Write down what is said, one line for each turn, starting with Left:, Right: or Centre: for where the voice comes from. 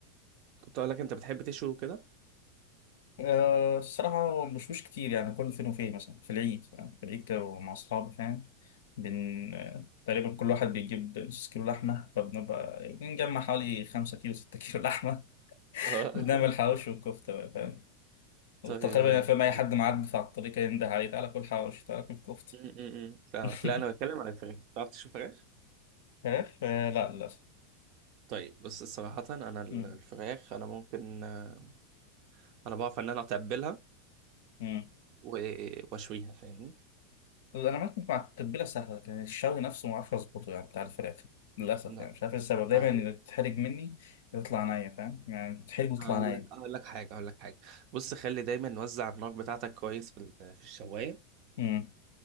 Right: كنت اقول لك انت بتحب تشوي كده
Left: آه، الصراحة هو مش مش كتير يعني كل فين وفين مثلا في العيد فاهم؟ في العيد كده ومع أصحابي فاهم بن آه، تقريبا كل واحد بيجيب نص كيلو لحمة فبنبقى بنجمع حوالي خمسة كيلو ستة كيلو لحمة <laughs>
Right: اه <laughs>
Left: وبنعمل حواوشي وكفتة بقى فاهم وتقريبا
Right: طيب
Left: يعني فاهم أي
Right: م-
Left: حد معدي على الطريق ينده عليه تعالى كل حواوشي تعالى كل كفتة
Right: م- م. فاهمك
Left: <laughs>
Right: لا انا بتكلم عن الفراخ بتعرف تشوي فراخ
Left: عارف آه، لا للأسف
Right: طيب بص صراحة انا ال-
Left: مم.
Right: الفراخ انا ممكن آه، انا بعرف ان انا اتبلها
Left: مم.
Right: و- واشويها فاهمني
Left: انا معاك مع التتبيله سهله لكن الشوي نفسه ما اعرفش اظبطه يعني بتاع الفراخ للاسف
Right: لا
Left: يعني مش عارف ايه السبب دايما
Right: سهل.
Left: اللي بتتحرج مني يطلع نيه فاهم يعني بتتحرج ويطلع
Right: هقول
Left: نيه
Right: لك هقول لك حاجة هقول لك حاجة بص خلي دايما نوزع النار بتاعتك كويس في ال- في الشواية
Left: امم